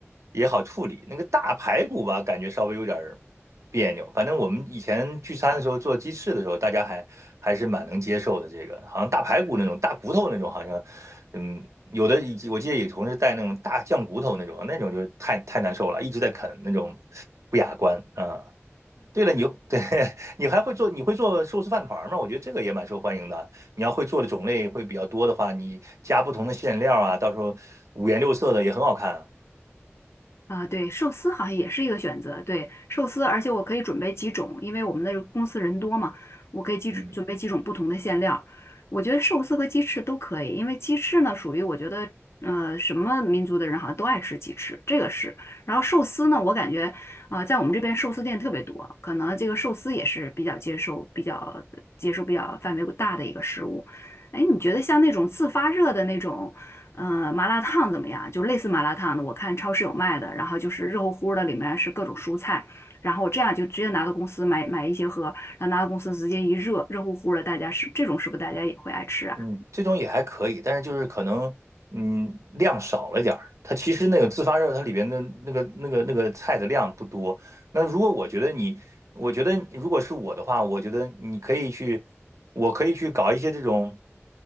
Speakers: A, on the right (about 85°); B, on the left (about 60°).
A: 也好处理。那个大排骨吧，感觉稍微有点儿别扭。反正我们以前聚餐的时候做鸡翅的时候，大家还还是蛮能接受的。这个好像大排骨那种大骨头那种，好像嗯，有的以及我记得有同事带那种大酱骨头那种，那种就太太难受了，一直在啃那种不雅观啊。对了，你对 <laughs> 你还会做，你会做寿司饭团吗？我觉得这个也蛮受欢迎的。你要会做的种类会比较多的话，你加不同的馅料啊，到时候五颜六色的也很好看啊。
B: 啊，对，寿司好像也是一个选择。对，寿司，而且我可以准备几种，因为我们的公司人多嘛，我可以几准备几种不同的馅料。
A: 嗯。
B: 我觉得寿司和鸡翅都可以，因为鸡翅呢属于我觉得，呃，什么民族的人好像都爱吃鸡翅，这个是。然后寿司呢，我感觉，啊，在我们这边寿司店特别多，可能这个寿司也是比较接受、比较接受比较范围大的一个食物。哎，你觉得像那种自发热的那种？嗯，麻辣烫怎么样？就类似麻辣烫的，我看超市有卖的，然后就是热乎乎的，里面是各种蔬菜，然后我这样就直接拿到公司买买一些盒，然后拿到公司直接一热，热乎乎的，大家是这种是不是大家也会爱吃啊？
A: 嗯，这种也还可以，但是就是可能，嗯，量少了点儿。它其实那个自发热，它里边的那个、那个、那个菜的量不多。那如果我觉得你，我觉得如果是我的话，我觉得你可以去，我可以去搞一些这种，